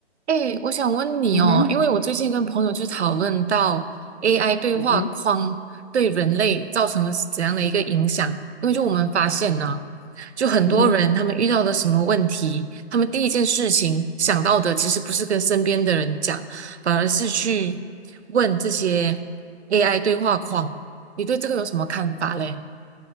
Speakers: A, on the right (about 70°); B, on the left (about 40°).
A: 哎，我想问你哦，
B: Mhm,
A: 因为我最近跟朋友去讨论到 AI 对话框对人类造成了怎样的一个影响，
B: mhm,
A: 因为就我们发现呢，就很多人他们遇到的什么问题，
B: mhm.
A: 他们第一件事情想到的其实不是跟身边的人讲，反而是去问这些 AI 对话框。你对这个有什么看法嘞？